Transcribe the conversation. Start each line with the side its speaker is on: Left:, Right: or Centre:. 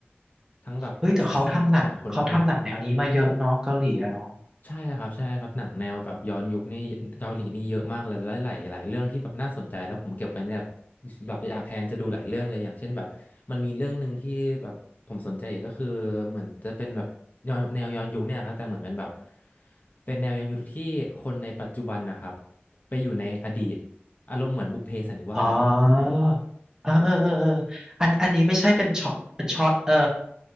Left: ทั้งแบบ
Right: เฮ้ยแต่เขาทำหนังเขาทำหนังแนวนี้มาเยอะเนาะเกาหลีอะเนาะ
Left: หลายคนด้วย ใช่ครับใช่ครับหนังแนวแบบย้อนยุคนี่เกาหลีนี่เยอะมากเลยหลายหลายหลายเรื่องที่แบบน่าสนใจแล้วผมเก็บไว้เนี่ยแบบแบบแพลนจะดูหลายเรื่องเลยอย่างเช่นแบบมันมีเรื่องหนึ่งที่แบบผมสนใจอีกก็คือเหมือนจะเป็นแบบย้อนแนวย้อนยุคเนี่ยครับแต่เหมือนเป็นแบบเป็นแนวย้อนยุคที่คนในปัจจุบันนะครับไปอยู่ในอดีตอารมณ์เหมือนบุพเพสันนิวาสอะครับ
Right: อ๋อเออเออเออเอออันอันนี้ไม่ใช่เป็นช็อตเป็นช็อตเออ